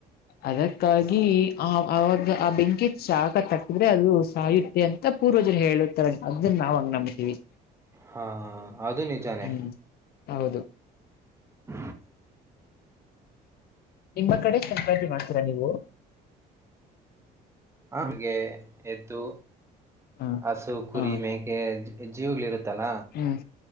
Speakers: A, on the left (about 65°); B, on the right (about 15°).
A: ಅದಕ್ಕಾಗಿ ಆ ಅವಾಗ ಆ ಬೆಂಕಿ ಶಾಕ ತಟ್ಟಿದ್ರೆ ಅದು ಸಾಯುತ್ತೆ ಅಂತ ಪೂರ್ ್ರ ಹೇಳತರ ಅದನ್ನ ನಾಾವ ಹಂಗ್ ನಂಬ್ತೀವಿ
B: ಹಾ ಅದು ನಿಜಾನೆ
A: ಹ್ಮ್ ಹೌದು
B: ಹ
A: ನಿಮ್ಮ ಕಡೆ ಸಂಪಾತಿ ಮಾಡ್ತೀರಾ ನೀವು
B: ನಮಗೆ ಎ್ದು
A: ಹ
B: ಹಸು ಕುರಿ
A: ಹ
B: ಮೇಕೆ ಜೀವುಗಳ ಇರುತ್ತಲ್ಲ
A: ಹ್ಮ್